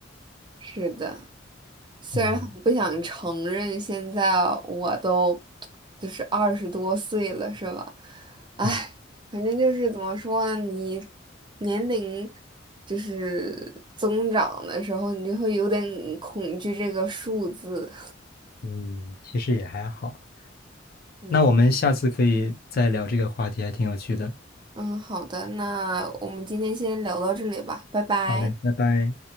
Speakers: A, on the right; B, on the left.
A: 是的。虽然很不想承认，
B: 嗯
A: 现在我都就是二十多岁了，是吧？唉，
B: 啊
A: 反正就是怎么说呢，你年龄就是增长的时候，你就会有点恐惧这个数字。
B: 嗯，其实也还好。
A: 嗯
B: 那我们下次可以再聊这个话题，还挺有趣的。
A: 嗯，好的，那我们今天先聊到这里吧，拜拜。
B: 好嘞，拜拜。